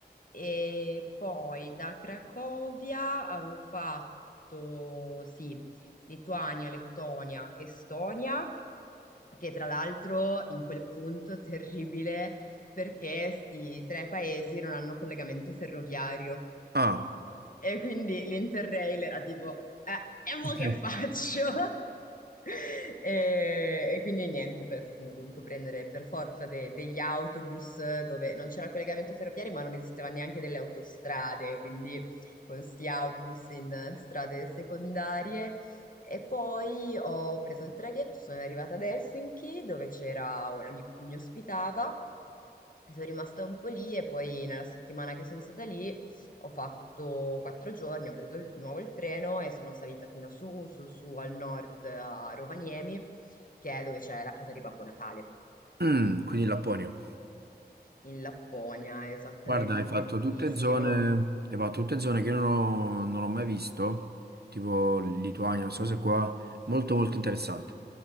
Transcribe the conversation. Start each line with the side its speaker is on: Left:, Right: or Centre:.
Left: e poi da Cracovia avevo fatto, sì, Lituania, Lettonia, Estonia, che tra l'altro in quel punto terribile perché sti tre paesi non hanno collegamento ferroviario
Right: Ah,
Left: e quindi l'Interrail era tipo, eh, e mo che
Right: eh.
Left: faccio? <laughs> <laughs> E, e quindi niente, per- ho dovuto prendere per forza de- degli autobus dove non c'era il collegamento ferroviario, ma non esisteva neanche delle autostrade, quindi con sti autobus in eh, strade secondarie. E poi ho preso il traghetto, sono arrivata ad Helsinki dove c'era un amico che mi ospitava. Sono rimasta un po' lì e poi nella settimana che sono stata lì ho fatto quattro giorni, ho preso il- di nuovo il treno e sono salita fino su, su, su al nord a Rovaniemi, che è dove c'è la casa di Babbo Natale,
Right: Mm, quindi in Lapponia.
Left: in Lapponia, esattamente,
Right: Guarda, hai fatto
Left: freddissimo.
Right: tutte zone, hai fatto tutte zone che non ho, non ho mai visto, tipo Lituania, queste cose qua, molto molto interessante.